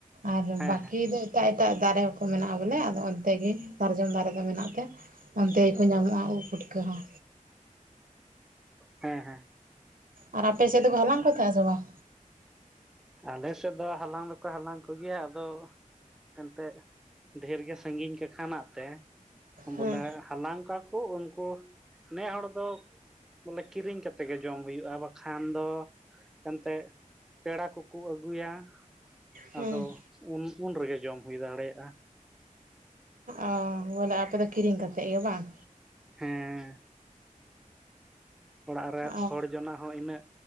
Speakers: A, on the right (about 80°); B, in the centre.
A: ᱟᱨ
B: ᱦᱮᱸ
A: ᱵᱟᱹᱠᱤ
B: ᱦᱮᱸ
A: ᱫᱚ ᱮᱴᱟᱜ ᱮᱴᱟᱜ ᱫᱟᱨᱮ ᱠᱚ ᱢᱮᱱᱟᱜᱼᱟ ᱵᱚᱞᱮ ᱟᱫᱚ ᱚᱱᱛᱮ ᱜᱮ ᱥᱟᱨᱡᱚᱢ ᱫᱟᱨᱮ ᱫᱚ ᱢᱮᱱᱟᱜ ᱛᱮ ᱚᱱᱛᱮ ᱜᱮᱠᱚ ᱧᱟᱢᱚᱜᱼᱟ ᱩᱵ ᱯᱩᱴᱠᱟᱹ ᱦᱚᱸ᱾
B: ᱦᱮᱸ ᱦᱮᱸ᱾
A: ᱟᱨ ᱟᱯᱮ ᱥᱮ ᱫᱚᱠᱚ ᱦᱟᱞᱟᱝ ᱠᱚ ᱛᱟᱸᱦᱮᱜ ᱥᱮ ᱵᱟᱝ?
B: ᱟᱞᱮ ᱥᱮᱫ ᱫᱚ ᱦᱟᱞᱟᱝ ᱫᱚᱠᱚ ᱦᱟᱞᱟᱝ ᱠᱚᱜᱮᱭᱟ, ᱟᱫᱚ ᱮᱱᱛᱮᱡ ᱰᱷᱮᱨ ᱜᱮ ᱥᱟᱺᱜᱤᱧ ᱠᱟ ᱠᱷᱟᱱᱟᱜ ᱛᱮ
A: ᱦᱮᱸ
B: ᱵᱚᱞᱮ ᱦᱟᱞᱟᱝ ᱠᱚᱣᱭᱟᱠᱚ ᱩᱱᱠᱩ ᱱᱮ ᱦᱚᱲ ᱫᱚ ᱵᱚᱞᱮ ᱠᱤᱨᱤᱧ ᱠᱟᱛᱮ ᱜᱮ ᱡᱚᱢ ᱦᱩᱭᱩᱜᱼᱟ, ᱵᱟᱠᱷᱟᱱ ᱫᱚ ᱮᱱᱛᱮ ᱯᱮᱲᱟ ᱠᱩ ᱠᱚ ᱟᱹᱜᱩᱭᱟ
A: ᱦᱮᱸ
B: ᱟᱫᱚ ᱩᱱ ᱩᱱ ᱨᱮᱜᱮ ᱡᱚᱢ ᱦᱩᱭ ᱫᱟᱲᱮᱭᱟᱜᱼᱟ᱾
A: ᱚᱻ ᱵᱚᱞᱮ ᱟᱯᱮᱫ ᱫᱚ ᱠᱤᱨᱤᱧ ᱠᱟᱛᱮᱫ ᱜᱮ ᱵᱟᱝ?
B: ᱦᱮᱸ᱾ ᱚᱲᱟᱜ ᱨᱮ
A: ᱚ
B: ᱦᱚᱲ ᱡᱚᱱᱟ ᱦᱚᱸ ᱤᱱᱟᱹᱜ